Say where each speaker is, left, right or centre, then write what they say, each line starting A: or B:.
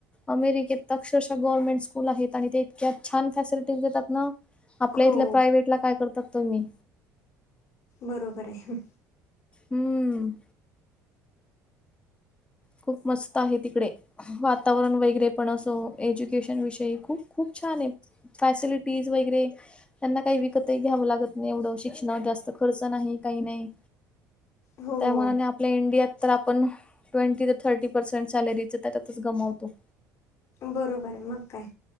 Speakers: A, on the left; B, on the left.
A: अमेरिकेत अक्षरशः गवर्नमेंट स्कूल आहेत आणि ते इतक्या छान फॅसिलिटीज देतात ना आपल्या
B: हो.
A: इथल्या प्रायव्हेट ला काय करतात त मी
B: बरोबर आहे हु
A: हम्म खूप मस्त आहे तिकडे वातावरण वगैरे पण असो एज्युकेशन विषयी खूप खूप छान आहे फॅसिलिटीज वगैरे त्यांना काही विकतही घ्यावं लागत नाही एवढं शिक्षण जास्त खर्च नाही काही नाही
B: हो
A: त्यामानाने आपल्या इंडियात तर आपण ट्वेंटी ते थर्टी परसेन्ट सॅलेरी त्यातच गमावतो
B: बरोबर ऐ मग काय